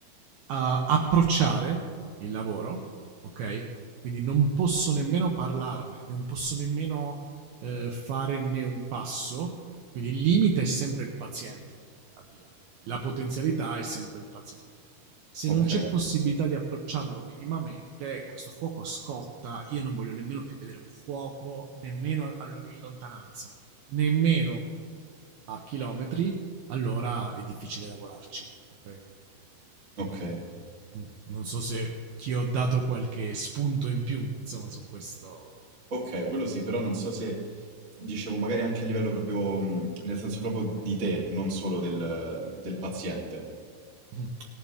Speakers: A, on the right (about 80°); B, on the right (about 60°).
A: a approcciare il lavoro, ok? Quindi non posso nemmeno parlarne, non posso nemmeno eh, fare né un passo. Quindi il limite è sempre il paziente nella terapia, la potenzialità è sempre il paziente. Se
B: Ok,
A: non c'è possibilità di approcciarlo minimamente, questo fuoco scotta. Io non voglio nemmeno più vedere un fuoco, nemmeno in lontananza, nemmeno a chilometri, allora è difficile lavorarci, ok?
B: ok.
A: Mm. Non so se ti ho dato qualche spunto in più, insomma, su questo
B: Ok, quello sì, però non so se dicevo magari anche a livello proprio, mh, nel senso proprio di te, non solo del, del paziente.
A: Mh.